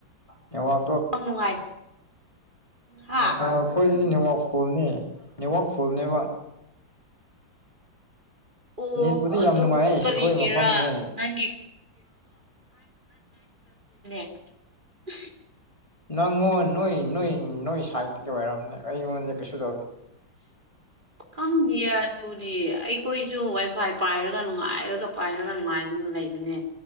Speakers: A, on the left; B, on the right.
A: ꯅꯦꯠ ꯋꯥꯛ
B: ꯅꯦꯠꯋꯥꯛ ꯅꯨꯡꯉꯥꯏ ꯍꯥ
A: <unintelligible> ꯑꯩꯈꯣꯏꯁꯤꯗꯤ ꯅꯦꯠꯋꯥꯛ ꯐꯨꯜꯅꯦ ꯅꯦꯠ ꯋꯥꯛ ꯐꯨꯜꯅꯦꯕ <unintelligible>
B: ꯑꯣ
A: ꯅꯦꯠꯄꯨꯗꯤ
B: ꯑꯗꯨ
A: ꯌꯥꯝ ꯅꯨꯡꯉꯥꯏꯌꯦ
B: ꯀꯔꯤꯒꯤꯔꯥ
A: ꯁꯤꯈꯣꯏ ꯃꯐꯝꯁꯦ
B: ꯅꯪꯒꯤ <unintelligible> <inaudible>
A: ꯅꯪꯉꯣꯟ ꯅꯣꯏ ꯅꯣꯏ ꯅꯣꯏ ꯁꯥꯏꯠꯇꯒꯤ ꯑꯣꯏꯔꯝꯅꯦ ꯑꯩꯉꯣꯟꯗꯗꯤ ꯀꯩꯁꯨ ꯇꯧꯗꯦ
B: ꯈꯪꯗꯤꯌꯦ ꯑꯗꯨꯗꯤ ꯑꯩꯈꯣꯏꯖꯨ ꯋꯥꯏꯐꯥꯏ ꯄꯥꯏꯔꯒ ꯅꯨꯡꯉꯥꯏꯔꯒ ꯄꯥꯏꯔꯒ ꯅꯨꯡꯉꯥꯏꯕ ꯂꯩꯕꯅꯦ